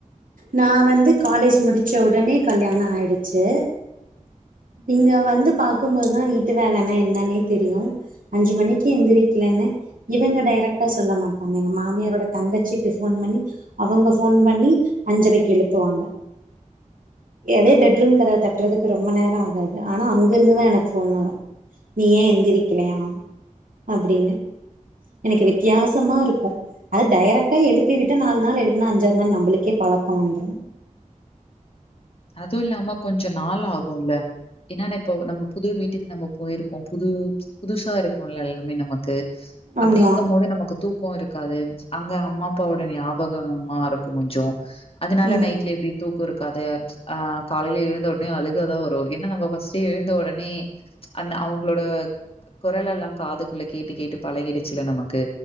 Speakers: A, on the right (about 80°); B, on the left (about 45°).
A: நா வந்து காலேஜ் முடிச்ச உடனே கல்யாண ஆயிடுச்சு இங்க வந்து பாக்கம்போதுதா வீட்டு வேலனா என்னானே தெரியு‌ அஞ்சு மணிக்கு எந்திரிக்கில ன இவுங்க டைரெக்டா சொல்ல மாட்டாங்க எங்க மாமியாரோட தங்கச்சிக்கு ஃபோன் பண்ணி அவுங்க ஃபோன் பண் பண்ணி அஞ்சரைக்கு எழுப்புவாங்க எதே பெட்ரூம் கதவ தட்றதுக்கு ரொம்ப நேர ஆகாது ஆனா அங்க இருந்துதா எனக்கு ஃபோன் வரு நீ ஏ எந்திரிக்கிலையா அப்டினு எனக்கு வித்யாசமா இருக்கு அத‌ டைரெக்ட்டா எழுப்பி விட்டா நாலு நாள் எழுப்புனா அஞ்சாவது நாள் நம்மளுக்கே ப பழக்க வந்துரு
B: அதுவு இல்லாம கொஞ்ச நாள் ஆகுல்ல ஏனா நா இப்ப நம்ம புது வீட்டுக்கு நம்ம போய்ருக்கோ புதூ புதுசா இருக்குல்ல எல்லாமே நமக்கு அப்டிங்கம்போது
A: ஆமா
B: நமக்கு தூக் க்கு இருக்காது அங்க அம்மா அப்பாவோட நியாபகமா இருக்கு கொஞ்சோ அதனால
A: ம்
B: நைட்ல எப்டி தூக்க இருக்காது ஆ காலைல எழுந்தவொன்னே அழுகதா வரூ என்னா நம்ம ஃபர்ஸ்ட் எழுந்த ஒடனே அந்த அவுங்ளோட கொரல் எல்லா காதுக்குள்ள கேட்டு கேட்டு பழகிடுச்சுல நமக்கு